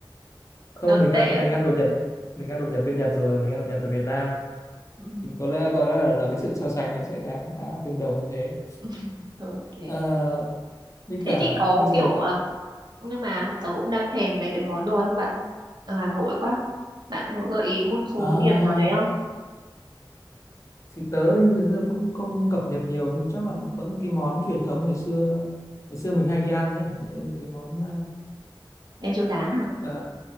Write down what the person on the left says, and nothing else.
không
mình
ăn
mình ăn đồ Nhật, mình ăn đồ Nhật bên Nhật rồi, mình ăn đồ Nhật ở Việt Nam
thì có lẽ có lẽ là, là cái sự so sánh nó sẽ khá khá là tương đồng như thế
Ờ, với
cả
bây giờ
à,
thì tớ thực ra cũng không cập nhật nhiều nhưng chắc là vẫn cái món truyền thống ngày xưa ngày xưa mình hay đi ăn đấy đấy cái món
uh,